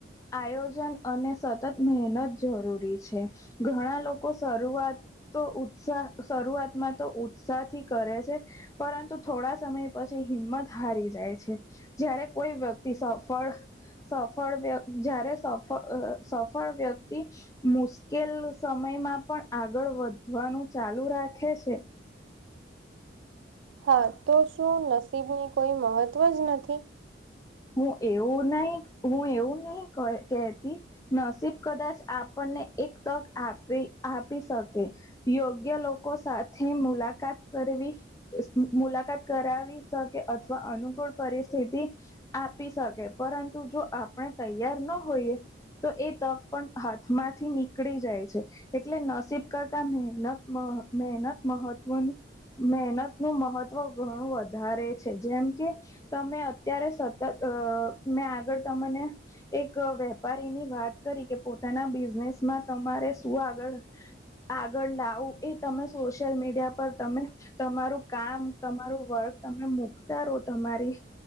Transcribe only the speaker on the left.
આયોજન અને સતત મહેનત જરૂરી છે. ઘણા લોકો શરૂઆત તો ઉત્સાહ શરૂઆતમાં તો ઉત્સાહ થી કરે છે પરંતુ થોડા સમય પછી હિંમત હારી જાય છે જયારે કોઈ વ્યક્તિ સફળ સફળ વ્ય જ્યારે સફ સફળ વ્યક્તિ મુશ્કેલ સમયમાં પણ આગળ વધવાનું ચાલુ રાખે છે
હું એવું નહી હું એવું નહી કહેતી નસીબ કદાચ આપણને એક તક આપી આપી શકે યોગ્ય લોકો સાથે મુલાકાત કરવી મુલાકાત કરાવી. કે અથવા અનુકૂળ પરિસ્થિતિ આપી શકે, પરંતુ જો આપણે તૈયાર ના હોઈએ. તો એ તક પણ હાથમાંથી નીકળી જાય છે. એટલે નસીબ કરતા મહેનત મહેનત મહત્વનું મહેનત નું મહત્વ ઘણું વધારે છે. જેમ કે તમે અત્યારે અ મેં આગળ તમને એક વેપારીની વાત કરી કે પોતાના બિઝનેસમાં તમારે શું આગળ આગળ લાવું એ તમે સોશિયલ મીડિયા પર તમે તમારું કામ, તમારું વર્ક તમે મુકતા રહો. તમારી સ